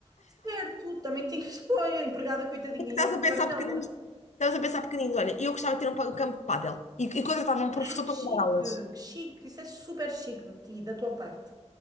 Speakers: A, on the right; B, on the left.
A: Certo, também tinhas, <laughs> pô, a empregada coitadinha
B: É que
A: ia
B: estás
A: cortar
B: a pensar
A: a relva.
B: pequenino. Estás a pensar pequenino. Olha, eu gostava de ter um, pa- um campo de pádel. E, e contratava um professor
A: Ah, que
B: para
A: chique,
B: me dar aulas.
A: que chique. Isso é super chique de ti, da tua parte.